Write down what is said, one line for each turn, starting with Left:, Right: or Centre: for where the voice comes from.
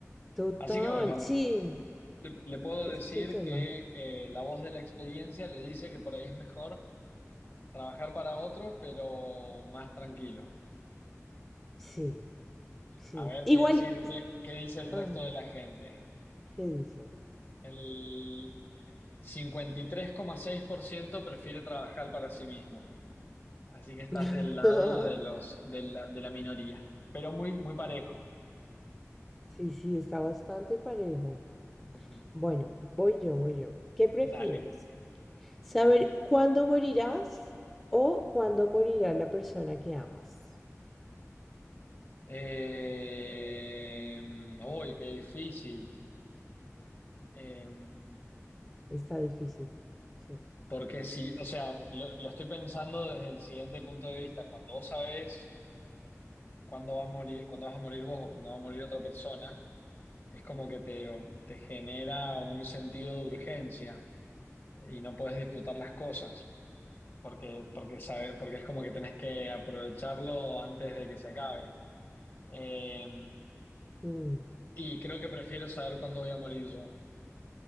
Centre: Total,
Left: Así que bueno,
Centre: sí,
Left: le, le puedo
Centre: ese
Left: decir
Centre: es el tema.
Left: que eh, la voz de la experiencia le dice que por ahí es mejor trabajar para otro, pero más tranquilo.
Centre: Sí, sí.
Left: A ver,
Centre: Igual,
Left: te voy a decir qué, qué dice el resto
Centre: ah,
Left: de la gente.
Centre: ¿qué dice?
Left: El cincuenta y tres coma seis por ciento prefiere trabajar para sí mismo. Así que estás
Centre: <laughs>
Left: del lado de los, de la, de la minoría, pero muy, muy parejo.
Centre: Sí, sí, está bastante parejo.
Left: Ujú.
Centre: Bueno, voy yo, voy yo. ¿Qué prefieres?
Left: Dale.
Centre: ¿Saber cuándo morirás o cuándo morirá la persona que amas?
Left: Eh, uy, qué difícil. Eh,
Centre: Está difícil. Sí.
Left: porque si, o sea, lo, lo estoy pensando desde el siguiente punto de vista. Cuando vos sabés cuándo va a morir, cuándo vas a morir vos o cuándo va a morir otra persona, es como que te, te genera un sentido de urgencia y no puedes disfrutar las cosas. porque, porque, sabe, porque es como que tenés que aprovecharlo antes de que se acabe. Eh,
Centre: Mm,
Left: y creo que prefiero saber cuándo voy a morir yo,